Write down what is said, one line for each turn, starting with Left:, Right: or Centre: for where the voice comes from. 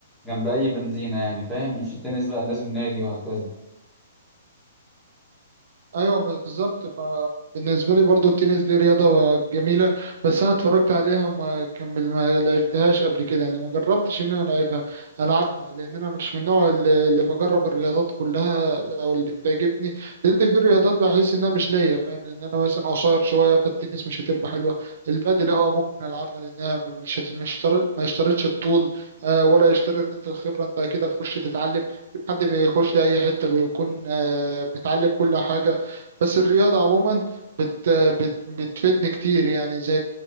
Centre: جنب أي بنزينة يعني فاهم مش التنس بقى لازم نادي وهكذا
Right: ايوه بالظبط فبالنسبه لي برضو التنس دي رياضه جميله بس انا اتفرجت عليها وما كمل ما لعبتهاش قبل كده يعني ما جربتش ان انا العبها العبها لان انا مش من النوع اللي اللي بجرب الرياضات كلها او اللي بتعجبني لان في الرياضات بحس انها مش ليا فاهم لان انا مثلا قصير شويه فالتنس مش هتبقى حلوه البادل اه ممكن العبها لانها مش هت... مش تر- ما اشترطش الطول آه، ولا اشترط الخبره انت كده تخش تتعلم حد بيخش اي حته بيكون آه، متعلم كل حاجه بس الرياضة عموما بت بت بتفيدني كتير يعني زي